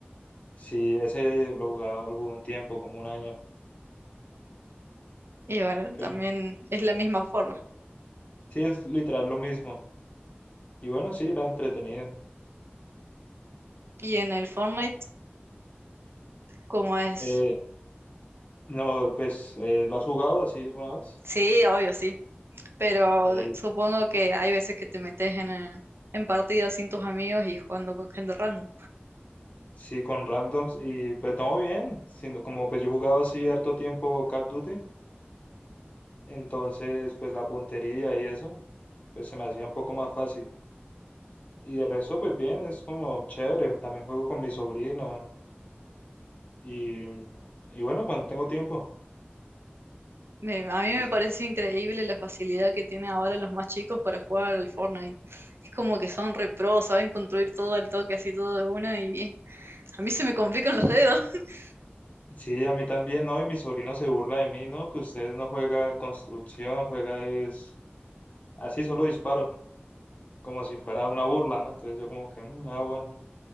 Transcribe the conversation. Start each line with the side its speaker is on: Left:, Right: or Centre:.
Left: Sí, ese lo jugaba, lo jugué un tiempo, como un año.
Right: Y bueno,
Left: Y
Right: también es la misma forma.
Left: sí, es literal lo mismo. Y bueno, sí, era entretenido.
Right: Y en el Fortnite, como es?
Left: Eh, no, pues, eh, ¿lo has jugado así alguna vez?
Right: Sí, obvio, sí. Pero
Left: Ok.
Right: supongo que hay veces que te metes en, eh, en partidas sin tus amigos y jugando con gente random.
Left: Sí, con randoms y pues no bien, sino como pues yo he jugado así harto tiempo Call of Duty, entonces pues la puntería y eso, pues se me hacía un poco más fácil. Y de resto pues bien, es como chévere, también juego con mi sobrino y, y bueno, cuando tengo tiempo.
Right: Me- a mí
Left: Así.
Right: me parece increíble la facilidad que tienen ahora los más chicos para jugar al Fortnite. Es como que son re pro, saben construir todo al toque, así todo de una, y a mí se me complican los dedos. <laughs>
Left: Sí, a mí también, ¿no? Y mi sobrino se burla de mí, ¿no? Que usted no juega construcción, juega es así solo disparo, como si fuera una burla, ¿no? Entonces yo como que, "Mm, ah, bueno,